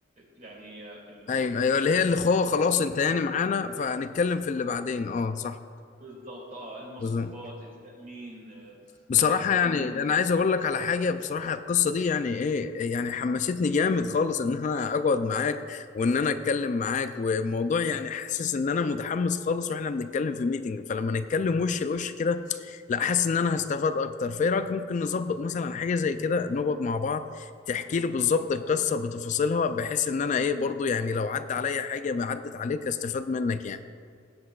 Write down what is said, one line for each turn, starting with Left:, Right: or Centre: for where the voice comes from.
Right: يعني ال...
Left: ايوه ايوه اللي هي اللي هو خلاص انت يعني معانا فهنتكلم في اللي بعدين اه صح
Right: بالظبط اه المصروفات
Left: بالظبط
Right: التأمين آه،
Left: بصراحة
Right: آه، تأمين
Left: يعني
Right: ال-
Left: أنا عايز أقول لك على حاجة بصراحة القصة دي يعني إيه يعني حمستني جامد خالص إن أنا أقعد معاك وإن أنا أتكلم معاك والموضوع يعني حاسس إن أنا متحمس خالص وإحنا بنتكلم في ميتنج فلما نتكلم وش لوش كده لا حاسس إن أنا هستفاد أكتر فإيه رأيك ممكن نظبط مثلا حاجة زي كده نقعد مع بعض تحكي لي بالظبط القصة بتفاصيلها بحيث إن أنا إيه برضو يعني لو عدى عليا حاجة ما عدت عليك أستفاد منك يعني